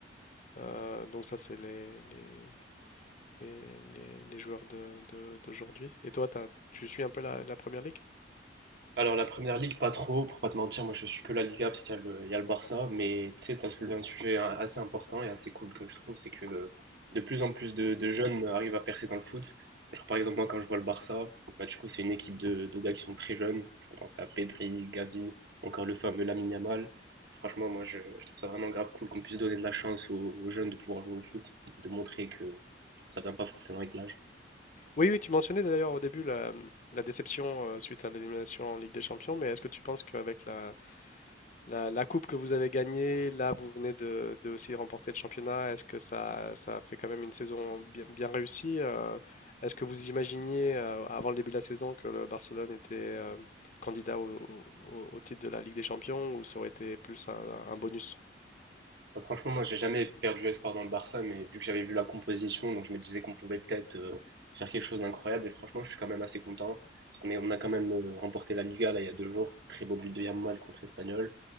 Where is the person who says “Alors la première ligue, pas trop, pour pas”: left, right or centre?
Right